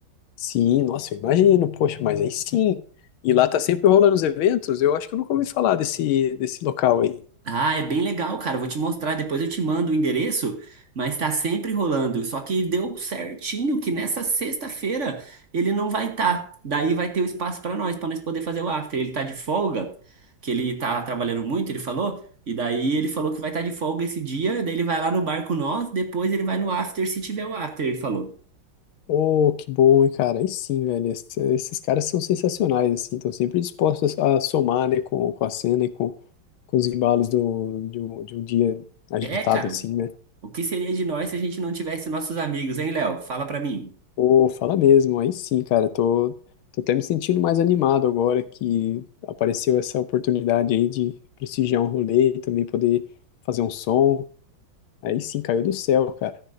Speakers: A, on the left (about 85°); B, on the right (about 40°).
A: Sim, nossa, eu imagino, poxa, mas aí sim. E lá tá sempre rolando os eventos, eu acho que eu nunca ouvi falar desse, desse local aí.
B: Ah, é bem legal, cara. Eu Vou te mostrar, depois eu te mando o endereço, mas tá sempre rolando. Só que deu certinho que nessa sexta-feira ele não vai estar. Daí vai ter o espaço pra nós, pra nós poder fazer o after. Ele tá de folga, que ele tá trabalhando muito, ele falou. E daí ele falou que vai estar de folga esse dia, daí ele vai lá no bar com nós, depois ele vai no after se tiver o after, ele falou.
A: Oh, que bom, hein, cara. Aí sim, velho. Esse- Esses caras são sensacionais, assim. Estão sempre dispostos a somar, né, com, com a cena e com, com os embalos do, de, um, de um dia agitado,
B: É, cara,
A: assim, né?
B: o que seria de nós se a gente não tivesse nossos amigos, hein, Léo? Fala pra mim.
A: Pô, fala mesmo. Aí sim, cara. Tô, tô até me sentindo mais animado agora que apareceu essa oportunidade aí de prestigiar um rolê e também poder fazer um som. Aí sim, caiu do céu, cara.